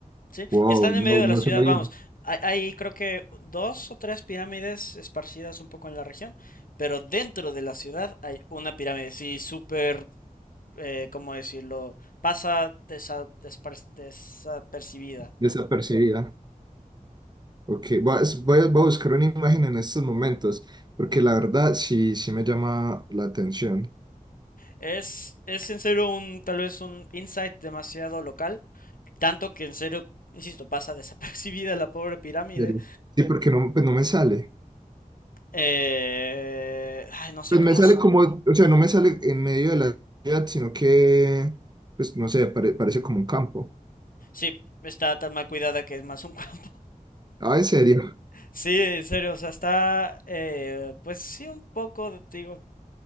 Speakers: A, on the left; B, on the right.
A: Sí,
B: Wow,
A: y están en
B: no,
A: medio de
B: no
A: la ciudad,
B: soy
A: vamos. Hay, hay creo que dos o tres pirámides esparcidas un poco en la región, pero dentro de la ciudad hay una pirámide, sí, súper, eh, ¿cómo decirlo? Pasa desa- despar- desapercibida.
B: desapercibida. Ok, voy a, voy a- voy a buscar una imagen en estos momentos, porque la verdad sí, sí me llama la atención.
A: Es, es en serio un, tal vez un insight demasiado local, tanto que en serio, insisto, pasa <laughs> desapercibida la pobre pirámide.
B: Serio. Sí, porque no, pues no me sale.
A: Eh, ay, no sé
B: Pues
A: cómo...
B: me sale como, o sea, no me sale en medio de la ciudad, sino que, pues no sé, pare- parece como un campo.
A: Sí, está tan mal cuidada que es más un <laughs>
B: Ah, en serio.
A: Sí, en serio, o sea, está, eh, pues sí, un poco, de- digo,